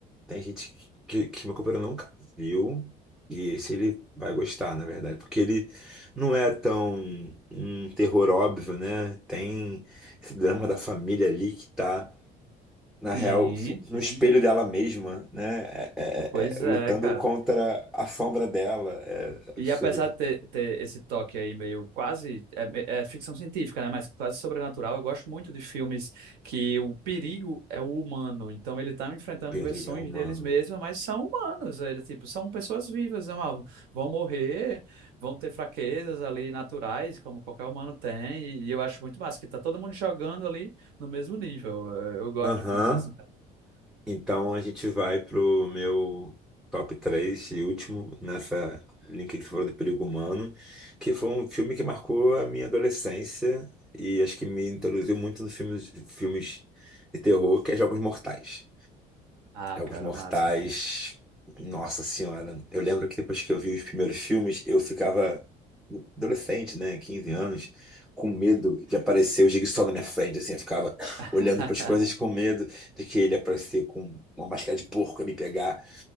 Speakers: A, in the centre; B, on the right (about 85°).
A: Tem gente que, que meu companheiro nunca viu. E se ele vai gostar, na verdade. Porque ele não é tão um terror óbvio, né? Tem esse drama da família ali que tá, na
B: Sim,
A: real, no
B: sim.
A: espelho dela mesma, né? É- é-
B: Pois
A: é- é,
B: é,
A: lutando
B: cara.
A: contra a sombra dela. É absurdo.
B: E apesar de ter, ter esse toque aí meio quase é, é ficção científica, né? Mas quase sobrenatural, eu gosto muito de filmes que o perigo é o humano. Então ele tá enfrentando
A: O perigo
B: versões
A: é humano.
B: deles mesmos, mas são humanos. Ele tipo são pessoas vivas, né? mano? Vão morrer, vão ter fraquezas ali naturais, como qualquer humano tem. E, e eu acho muito massa que tá todo mundo jogando ali no mesmo nível. Eu, eu gosto
A: Aham.
B: de filmes assim também.
A: Então a gente vai pro meu top 3 e último nessa linha que você falou de Perigo Humano, que foi um filme que marcou a minha adolescência e acho que me introduziu muito nos filmes, filmes de terror, que é Jogos Mortais.
B: Ah,
A: Jogos
B: cara,
A: Mortais.
B: massa, massa.
A: Nossa Senhora. Eu lembro que depois que eu vi os primeiros filmes, eu ficava adolescente, né? 15 anos, com medo de aparecer o Jigsaw na minha frente, assim. Eu ficava
B: <laughs>
A: olhando para as coisas com medo de que ele aparecer com uma máscara de porco e me pegar.